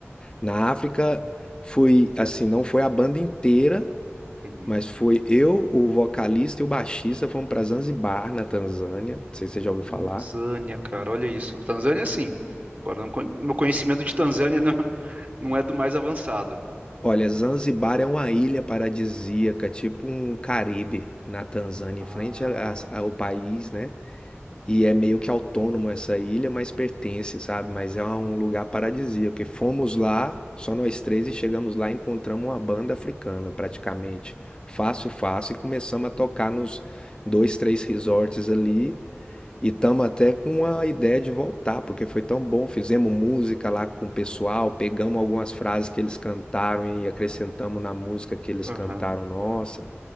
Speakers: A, on the left; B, on the right.
A: na África fui assim, não foi a banda inteira,
B: Uhum.
A: mas foi eu, o vocalista e o baixista fomos para Zanzibar, na Tanzânia. Não sei se você já ouviu
B: Tanzânia,
A: falar.
B: cara, olha isso. Tanzânia, sim. Agora, não con- meu conhecimento de Tanzânia <laughs> não, não é do mais avançado.
A: Olha, Zanzibar é uma ilha paradisíaca, tipo um Caribe na Tanzânia,
B: Ah,
A: em frente a- a- ao país, né? E é meio que autônomo essa ilha, mas pertence, sabe? Mas é um lugar paradisíaco. Porque fomos lá, só nós três, e chegamos lá e encontramos uma banda africana, praticamente. Fácil, fácil. E começamos a tocar nos dois, três resorts ali. E estamos até com a ideia de voltar, porque foi tão bom. Fizemos música lá com o pessoal, pegamos algumas frases que eles cantaram e acrescentamos na música que eles
B: Aham.
A: cantaram nossa.